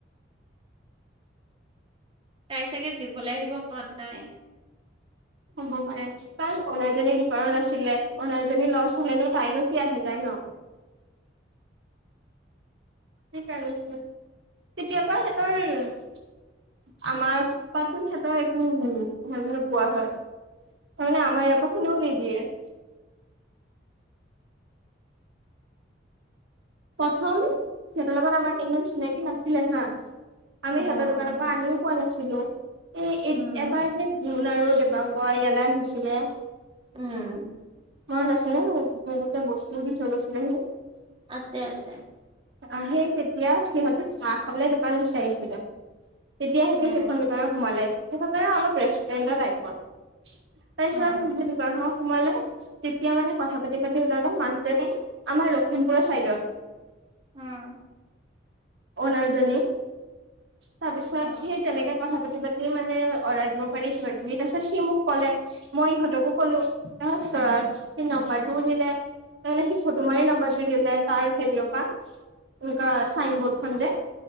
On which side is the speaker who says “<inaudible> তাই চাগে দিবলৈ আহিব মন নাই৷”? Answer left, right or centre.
Right